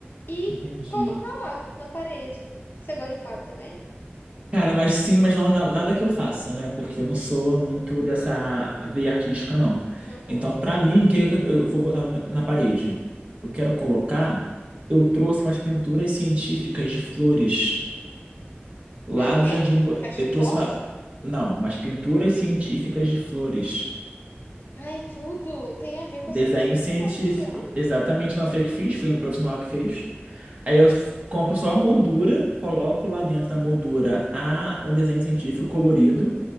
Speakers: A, on the left; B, on the right.
A: E
B: Entendi.
A: colocar lá, na parede. Você gosta de quadro também?
B: Cara, mas sim, mas não na- nada que eu faça, né? Porque eu não sou muito dessa veia artística, não.
A: Uhum.
B: Então, pra mim, o que eu, eu vou botar no meu- na parede? Eu quero colocar. Eu trouxe umas pinturas científicas de flores lá
A: É o quê?
B: do Jardim. Bo-
A: Cachepó?
B: Eu trouxe uma. Não, umas pinturas científicas de flores.
A: Ai, tudo tem a ver com
B: Desenho
A: essa personalidade,
B: científico.
A: é.
B: Exatamente, não foi eu que fiz, foi um profissional que fez. Aí eu f- compro só a moldura, coloco lá dentro da moldura a, o desenho científico colorido.